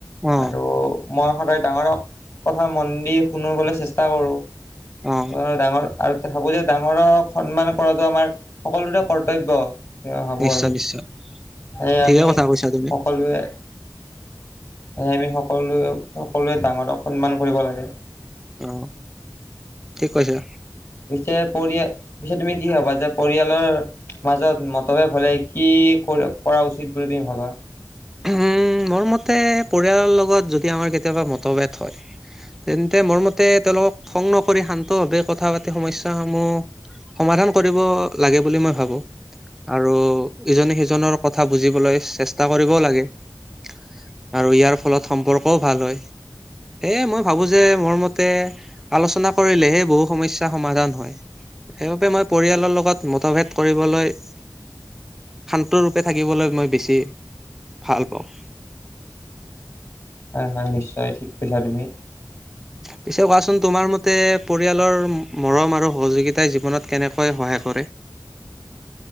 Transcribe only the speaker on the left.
আৰু মই সদায় ডাঙৰক কথা মন দি শুনিবলৈ চেষ্টা কৰোঁ।
ত ডাঙৰ আৰু খাব যে। <unintelligible> ডাঙৰক সন্মান কৰাটো আমাৰ সকলোৰে কৰ্তব্য। সেয়া ভাবোঁ
আৰু।
সেয়ে
আমি
সকলোৱে, আমি সকলোৱে সকলোৱে ডাঙৰক সন্মান কৰিব লাগে।
পিছে পৰিয় পিছে তুমি কি ভাবা যে, পৰিয়ালৰ মাজত মতভেদ হলে কি। কি কৰা উচিত বুলি তুমি ভাবা?
হয় হয়, নিশ্চয় ঠিক কৈছা তুমি।